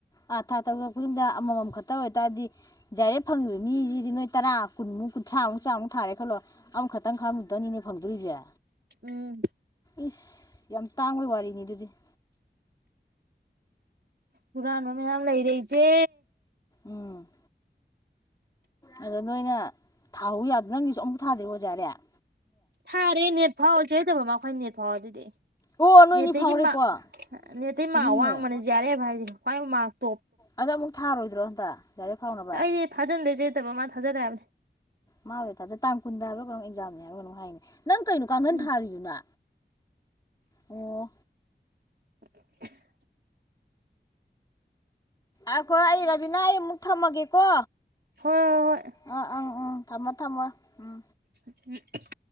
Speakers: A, on the left (about 20°); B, on the right (about 60°).
A: ꯑꯥ ꯊꯥ ꯇꯔꯨꯛ ꯇꯔꯨꯛ ꯈꯨꯗꯤꯡꯗꯥ ꯑꯃꯃꯝ ꯈꯠ ꯇ ꯑꯣꯏꯇꯥꯗꯤ ꯖꯤꯌꯥꯔꯦꯞ ꯐꯪꯉꯤꯕ ꯃꯤꯖꯤꯗꯤ ꯅꯣꯏ ꯇꯔꯥ ꯀꯨꯟꯃꯨꯛ ꯀꯨꯟꯊ꯭ꯔꯥꯃꯨꯛ ꯆꯥꯝꯃꯨꯛ ꯊꯥꯔꯦ ꯈꯜꯂꯣ ꯑꯃꯈꯇꯪ ꯈꯝ ꯇꯅꯤꯅꯦ ꯐꯪꯗꯣꯏꯖꯦ
B: ꯎꯝ
A: ꯏꯁ ꯌꯥꯝ ꯇꯥꯡꯕꯩ ꯋꯥꯔꯤꯅꯤ ꯑꯗꯨ <inaudible>
B: ꯍꯨꯔꯥꯟꯕ ꯃꯌꯥꯝ ꯂꯩꯔꯦ ꯏꯆꯦ
A: ꯎꯝ ꯑꯗꯣ ꯅꯣꯏꯅ ꯊꯥꯍꯧ ꯌꯥꯗ ꯅꯪꯒꯤꯖꯨ ꯑꯃꯨꯛ ꯊꯥꯗ꯭ꯔꯤꯕꯣ ꯖꯤꯌꯥꯔꯦꯞ
B: ꯊꯥꯔꯦ ꯅꯦꯠ ꯐꯥꯎ ꯆꯦ <unintelligible> ꯑꯩꯈꯣꯏ ꯅꯦꯠ ꯐꯥꯎꯗꯨꯗꯤ
A: ꯑꯣ ꯅꯣꯏꯅꯤ
B: ꯅꯦꯠꯇꯒꯤ
A: ꯐꯥꯎꯔꯦꯀꯣ
B: ꯃꯥ ꯅꯦꯇꯩ
A: ꯆꯨꯝꯃꯤꯅꯦꯍꯦ
B: ꯃꯥꯛ ꯑꯋꯥꯡꯕꯅꯦ ꯖꯦꯌꯥꯔꯦꯞ ꯍꯥꯏꯗꯤ <unintelligible>
A: ꯑꯗꯣ ꯑꯃꯨꯛ ꯊꯥꯔꯣꯏꯗ꯭ꯔꯣ ꯍꯟꯇ ꯖꯦꯌꯥꯔꯦꯞ ꯐꯥꯎꯅꯕ
B: ꯑꯩꯗꯤ <unintelligible>
A: ꯃꯥꯕꯨꯗꯤ ꯊꯥꯖꯩ ꯇꯥꯡ ꯀꯨꯟꯗ ꯍꯥꯏꯕꯔ꯭ ꯀꯩꯅꯣꯝ ꯑꯦꯛꯖꯥꯝꯅꯦ ꯍꯥꯏꯕꯔ꯭ ꯀꯩꯅꯣꯝ ꯍꯥꯏꯅꯦ ꯅꯪ ꯀꯩꯅꯣ ꯀꯥꯡꯈꯟ
B: ꯎꯝ
A: ꯊꯥꯔꯤꯗꯨꯅ ꯑꯣ
B: <unintelligible>
A: ꯑꯈꯣꯏ ꯑꯩ ꯔꯥꯕꯤꯅꯥ ꯑꯩ ꯑꯃꯨꯛ ꯊꯝꯃꯒꯦꯀꯣ
B: ꯍꯣꯏ ꯍꯣꯏ ꯍꯣꯏ
A: ꯑꯥ ꯑꯪ ꯎꯝ ꯊꯝꯃꯣ ꯊꯝꯃꯣ ꯎꯝ
B: ꯎ <unintelligible>